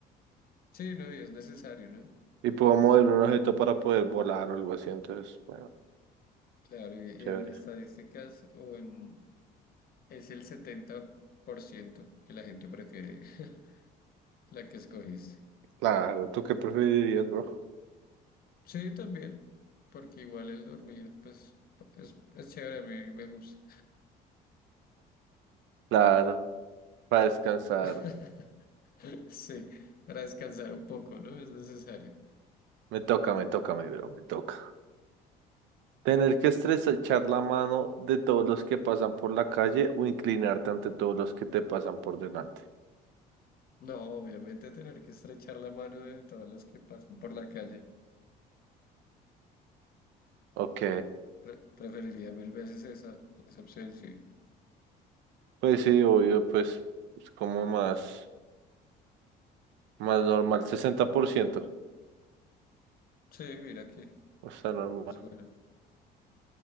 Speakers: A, on the left; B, on the right.
A: Sí, no, y es necesario, ¿no?
B: Y puedo mover un objeto para poder volar o algo así. Entonces, bueno,
A: Claro, y,
B: chévere.
A: y en estadísticas o en, es el setenta por ciento que la gente prefiere <laughs> la que escogiste.
B: Claro, ¿tú qué preferirías, bro?
A: Sí, también, porque igual el dormir, pues, es, es chévere, a mí me gusta.
B: Claro, para descansar.
A: <laughs> Sí, para descansar un poco, ¿no? Es necesario.
B: Me toca, me toca, mi bro, me toca. Tener que estrechar la mano de todos los que pasan por la calle o inclinarte ante todos los que te pasan por delante.
A: No, obviamente tener que estrechar la mano de todas las que pasan por la calle.
B: Ok.
A: Pre- preferiría mil veces esa, esa opción, sí.
B: Pues sí, obvio, pues, pues como más, más normal, 60%,
A: Sí, mira aquí,
B: o sea, normal.
A: es bueno.